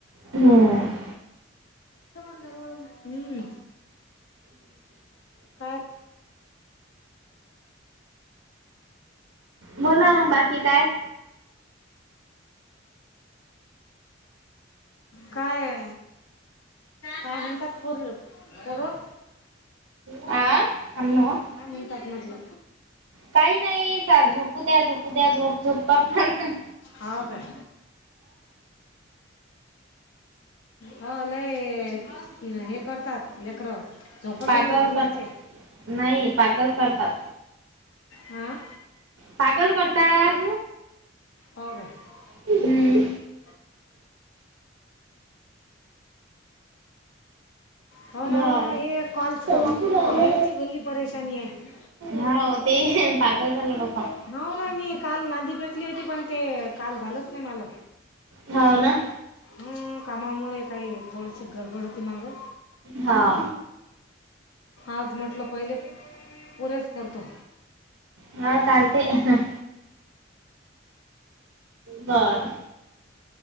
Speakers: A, on the right; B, on the left.
A: हम
B: <unintelligible> हम्म काय
A: बोला मग बाकी काय?
B: काय, काय म्हणतात पोर पोरं?
A: हा <unintelligible>
B: काय म्हणतात म्हटलं
A: काही नाही चाल झोपू द्या झोपू द्या झोप झोप करतान.
B: हो काय. हो लय हे करतात लेकरं. झोपतही
A: पागल
B: नाहीत उन्हाचे
A: करतात, नाही पागल करतात.
B: हां.
A: पागल करतात
B: हो काय
A: हम्म.
B: <unintelligible> हो ना
A: बर
B: व्ह हे कॉल
A: संपूर
B: पूर्ण
A: आले
B: व्हायची भली परेशानी आहे.
A: हो ते पागल झालं डोकं.
B: हो ना मी काल नादी पेटली होती पण ते काल झालंच नाही मला.
A: हाव ना.
B: हं, कामामुळे काही थोडीशी गडबड होती मागं.
A: हा.
B: आज म्हटलं पहिले पुरेच करतो.
A: हा चालतंय. बर.